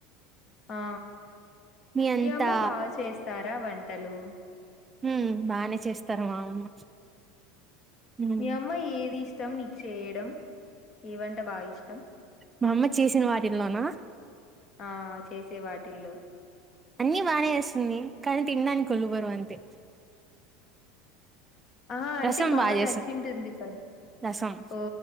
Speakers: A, on the left; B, on the right.
A: ఆ
B: అంతా
A: మీ అమ్మ బాగా చేస్తారా వం తెలుగు
B: హ్మ్ బానే చేస్తారు మా అమ్మ హ్మ్
A: మీ అమ్మ ఏదిస్ ష్టం నీక్ చేయడం ఏవంట బా ఇష్టం?
B: మా అమ్మ చేసిన వాటిల్లోనా?
A: ఆ చేసే వాటిల్లో
B: అన్ని బానె చేస్తుంది కానీ తిన్డానికి ఒళ్ళు బరువు అంతె
A: ఆహా అంటే
B: రసం
A: బాగా
B: చేస్తుంది
A: నచ్చింటుంది కద!
B: రసం
A: ఓ